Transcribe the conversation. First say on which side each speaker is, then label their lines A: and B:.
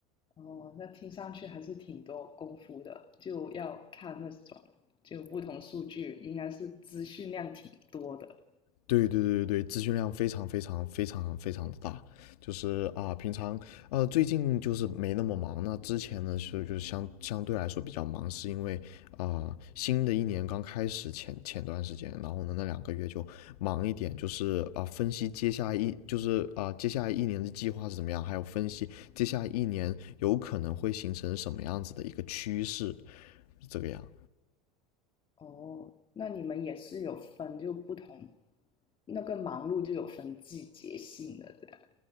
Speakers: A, on the left (about 25°); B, on the left (about 90°).
A: 哦，那听上去还是挺多功夫的，就要看那种就不同数据，应该是资讯量挺多的。
B: 对对对对，对，资讯量非常非常非常非常的大，就是啊，平常呃最近就是没那么忙，那之前呢是就是相相对来说比较忙，是因为啊、呃新的一年刚开始前前段时间，然后呢那两个月就忙一点，就是啊、呃分析接下来一就是啊、呃接下来一年的计划是怎么样，还有分析接下来一年有可能会形成什么样子的一个趋势，这个样。
A: 哦，那你们也是有分就不同，那个忙碌就有分季节性的这样